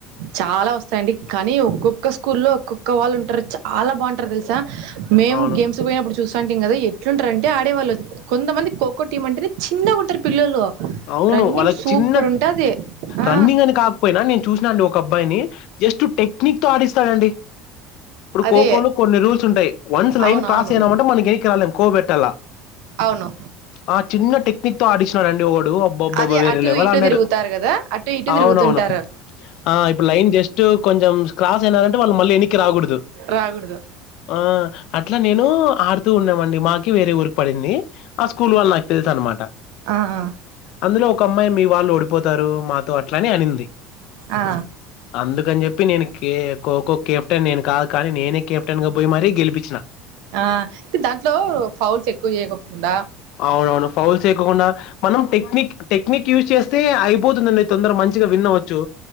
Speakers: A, on the right; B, on the left.
A: చాలా వస్తాయిండి కానీ ఒక్కొక్క స్కూల్లో ఒక్కొక్క వాళ్ళు ఉంటారు చాలా బాగుంటారు తెలుసా మేము
B: అవును
A: గేమ్స్ పోయినప్పుడు చూస అంటేం కదా ఎట్లుంటారంటే ఆడేవాళ్ళు కొంతమంది ఖోఖో టీమ్ అంటే చిన్నగాంటారు పిల్లలు
B: అవును
A: రన్నింగ్
B: వాళ్ళకి
A: సూపర్
B: చిన్న
A: ఉంటది ఆ
B: రన్నింగ్ అని కా పోయినా నేను చూసినా అండి ఒక అబ్బాయిని జస్ట్ టెక్నిక్ తో ఆడిస్తాడండి ఇప్పుడు
A: అదే
B: కోకో లో కొన్ని రూల్స్ ఉంటాయి వన్స్ లైన్
A: అవునవును
B: క్రాస్ అయినా మంటే మనకి ఎనకి రాలేం కో పెట్టాల
A: అవును
B: ఆ చిన్న టెక్నిక్ తో ఆడిసిన రండి డ్డువాడు అబ్బబ్బబ్బ
A: అదే
B: వేరే
A: అటు
B: లేవాల్
A: ఇటు
B: అడినాడు
A: తిరుగుతారు కదా అటు ఇటు
B: అవునవును
A: తిరుగుతుంటారు
B: ఆ ఇప్పుడు లైన్ జస్ట్ కొంచెం క్రాస్ అయినారంటే వాళ్ళు మళ్ళీ ఎనీక్కి రాకూడదు
A: రాగుడదు
B: ఆ అట్లా నేను ఆడుతూ ఉన్నామండి మాకి వేరే ఊరికి పడింది ఆ స్కూల్ వాళ్ళ నాకు తెలుసు అన్నమాట
A: ఆ ఆ
B: అందులో ఒక అమ్మాయి మీ వాళ్ళు ఓడిపోతారు మాతో అట్లానే అనింది
A: ఆ
B: అందుకని చెప్పి నేను కే కోఖో కెప్టెన్ నేను కాదు కానీ నేనే కెప్టెన్ గా పోయి మరీ గెలిపించిన
A: ఆ తె దాంట్లో ఫౌల్స్ ఎక్కువ చేకోకుండా
B: అవునవును ఫౌల్స్ చేయకుండా మనం టెక్నిక్ టెక్నిక్ యూజ్ చేస్తే అయిపోతుందండి తొందర మంచిగా విన్ అవచ్చు